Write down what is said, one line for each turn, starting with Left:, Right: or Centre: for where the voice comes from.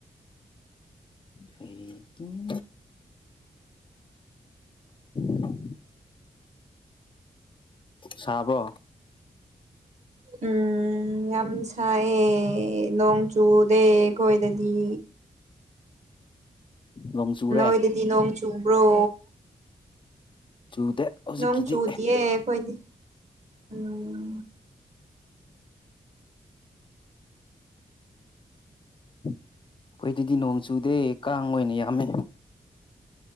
Left: ꯍꯩ ꯀꯤꯡ <inaudible> ꯁꯥꯕ꯭ꯔꯣ
Right: ꯎꯝ ꯎꯝ ꯌꯥꯝ ꯁꯥꯌꯦ ꯅꯣꯡ ꯆꯨꯗꯦ ꯑꯩꯈꯣꯏꯗꯗꯤ
Left: ꯅꯣꯡ ꯆꯨꯔꯦ
Right: ꯅꯣꯏꯗꯗꯤ ꯅꯣꯡ ꯆꯨꯕ꯭ꯔꯣ
Left: ꯆꯨꯗꯦ ꯍꯧꯖꯤꯛꯀꯤꯗꯤ
Right: ꯅꯣꯡ ꯆꯨꯗꯤꯌꯦ ꯑꯩꯈꯣꯏꯗꯤ ꯎꯝ
Left: ꯑꯩꯈꯣꯏꯗꯗꯤ ꯅꯣꯡ ꯆꯨꯗꯦ ꯀꯥꯡ ꯑꯣꯏꯅ ꯌꯥꯝꯃꯦ